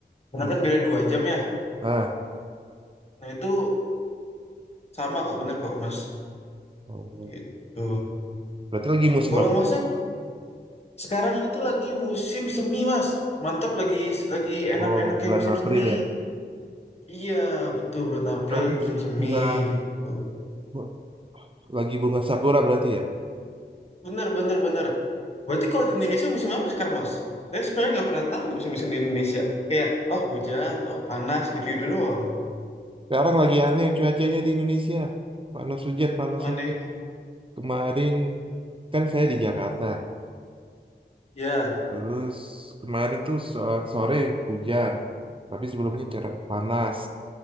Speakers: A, on the left; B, on the right.
A: Karena
B: Hmm.
A: kan beda dua jam ya.
B: Ah,
A: Nah itu sama kok bener kok Mas.
B: oh.
A: Gitu.
B: Berarti lagi musim
A: Kalau
B: apa?
A: Masnya sekarang itu lagi musim semi Mas. Mantap lagi lagi enak-enaknya
B: Oh, bulan
A: musim
B: April
A: semi.
B: ya.
A: Iya betul bulan April
B: Kenapa?
A: lagi musim semi
B: Bunga
A: gitu.
B: bu- lagi bunga sakura berarti ya.
A: Bener bener bener. Berarti kalau di Indonesia musim apa sekarang Mas? Saya sebenarnya nggak pernah tahu musim-musim di Indonesia. Kayak oh hujan, oh panas gitu-gitu doang.
B: Sekarang lagi aneh cuacanya di Indonesia. Panas hujan, panas
A: Aneh.
B: hujan. Kemarin kan saya di Jakarta.
A: Ya.
B: Terus kemarin tuh so- sore hujan, tapi sebelumnya cerah panas.